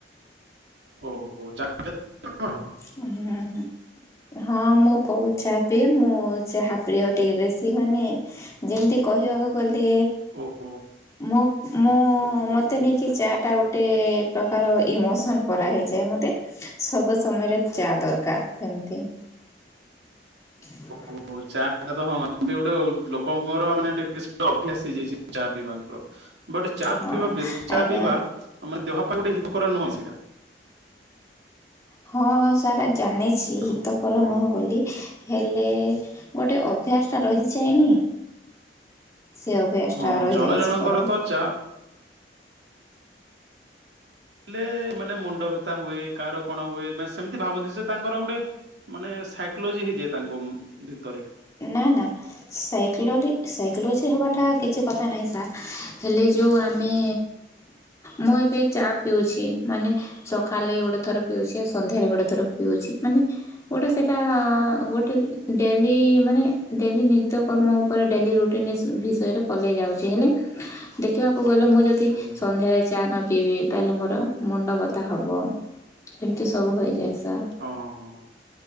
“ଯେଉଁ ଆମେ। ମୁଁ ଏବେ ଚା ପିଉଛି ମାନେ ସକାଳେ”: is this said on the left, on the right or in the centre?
Left